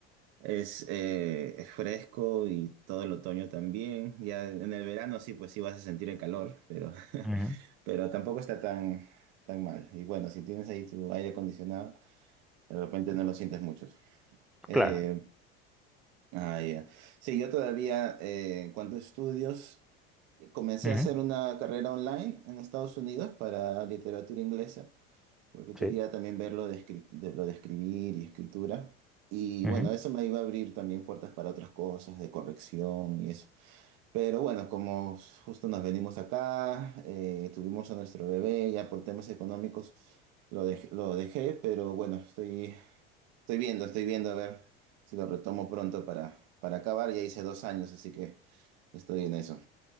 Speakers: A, on the right (about 65°); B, in the centre.
A: es, eh, es fresco y todo el otoño también. Ya en el verano sí, pues sí vas a sentir el calor, pero, <laughs>
B: Ujú,
A: pero tampoco está tan, tan mal. Y bueno, si tienes ahí tu aire acondicionado, de repente no lo sientes mucho. Eh,
B: Claro,
A: ah, ya. Sí, yo todavía, eh, en cuanto a estudios, comencé
B: ujú,
A: a hacer una carrera online en Estados Unidos para literatura inglesa. porque
B: sí,
A: quería también ver lo de, escri- de- lo de escribir y escritura. Y
B: ujú.
A: bueno, eso me iba a abrir también puertas para otras cosas, de corrección y eso. Pero bueno, como justo nos venimos acá, eh, tuvimos a nuestro bebé, ya por temas económicos lo, dej- lo dejé, pero bueno, estoy, estoy viendo, estoy viendo a ver si lo retomo pronto para, para acabar. Ya hice dos años, así que estoy en eso.